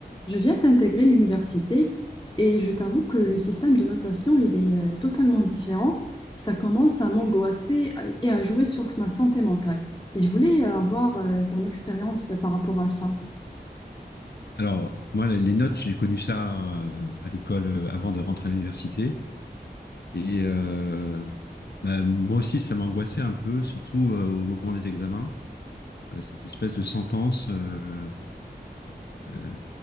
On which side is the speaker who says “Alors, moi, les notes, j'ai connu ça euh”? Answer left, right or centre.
Left